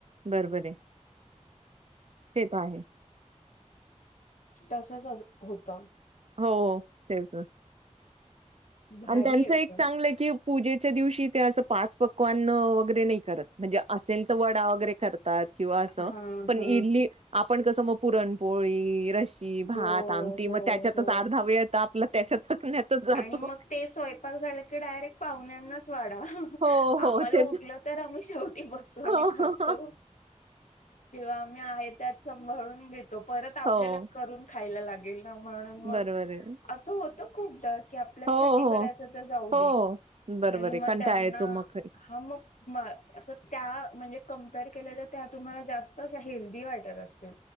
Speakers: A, on the right; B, on the left.
A: बरबर आहे. तेेत आहे.
B: तसच अस होतं.
A: हो तेच ना.
B: भारी
A: आणि त्यांच
B: आहे
A: एक
B: पण
A: चांगलं की पूजे च्या दिवशी ते असं पाच पक्वान वगैरे नाही करत. म्हणजे असेल तर वडा वगैरे करतात. किंवा असं
B: हा
A: पण
B: हा
A: इडली आपण कसं मग पुरणपोळी रशी की भात
B: हो
A: आमटी
B: हो
A: मग त्याच्यातच
B: हो
A: अर्धा वेळ येत आपला त्याच्यात करण्यातच जातो.
B: आणि मग ते सोयपाक झाल की डारेक्ट पाहुण्यांनाच वाडा
A: हो, हो,
B: आम्हाला
A: तेच.
B: उरलं तर आम्ही शेवटी बसतो.
A: हो,
B: आणि खातो.
A: हो,
B: किंवा मी आहे त्यात सभाळून घेतो. परत आपल्यालाच
A: हो,
B: करून खायला लागेल. म्हणून मग
A: बरोबर आहे.
B: असं होत खूपदा. की आपल्यासाठी
A: हो, हो,
B: करायचं तर जाऊ
A: हो,
B: दे.
A: बरोबर
B: आणि मग
A: आहे. कंटाळा
B: त्यांना
A: येतो मग.
B: हा मग असं त्या म्हणजे कंपईर केल्या तर त्या तुम्हाला जास्त हेल्दी वाटत असतील